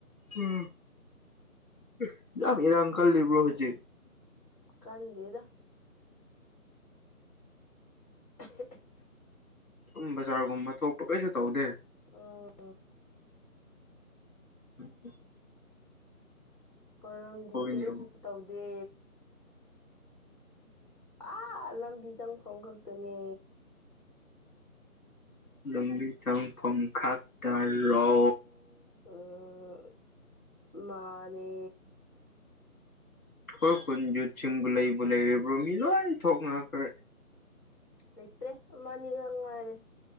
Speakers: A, on the left; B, on the left.
A: <unintelligible> ꯌꯥꯝ ꯏꯔꯥꯡ ꯀꯜꯂꯤꯕꫭ ꯍꯨꯖꯤꯛ
B: ꯀꯟꯗꯦꯗ <unintelligible>
A: ꯎꯝ ꯕꯖꯥꯔꯒꯨꯝꯕ ꯊꯣꯛꯄ ꯀꯩꯁꯨ ꯇꯧꯗꯦ
B: ꯑ
A: <unintelligible>
B: ꯈꯣꯏꯔꯣꯝꯗꯤ
A: ꯍꯣꯏꯅꯦ
B: ꯀꯔꯤꯁꯨ ꯇꯧꯗꯦ ꯑꯥ ꯂꯝꯕꯤ ꯆꯪꯐꯝ ꯈꯛꯇꯅꯦ
A: ꯂꯝꯕꯤ ꯆꯪꯐꯝ ꯈꯥꯛ ꯇꯥꯔꯣ
B: ꯎꯝ ꯃꯥꯅꯦ
A: ꯈꯣꯏ ꯈꯨꯨꯟ ꯌꯨꯠꯁꯤꯡꯕꯨ ꯂꯩꯕꯨ ꯂꯩꯔꯤꯕ꯭ꯔꯣ ꯃꯤ ꯂꯣꯏ ꯊꯣꯛꯅꯈ꯭ꯔꯦ
B: ꯂꯩꯇ꯭ꯔꯦ ꯑꯃꯥꯅꯤꯒꯛ ꯉꯥꯏꯔꯦ